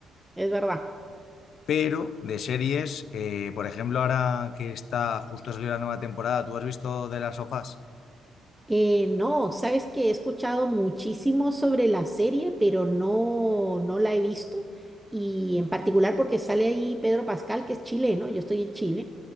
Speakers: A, in the centre; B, on the left.
A: es verdad.
B: Pero de series, eh, por ejemplo, ahora que está justo a salir la nueva temporada, ¿tú has visto de las sofás?
A: Eh, no, sabes que he escuchado muchísimo sobre la serie, pero no, no la he visto. Y en particular porque sale ahí Pedro Pascal, que es chileno, yo estoy en Chile.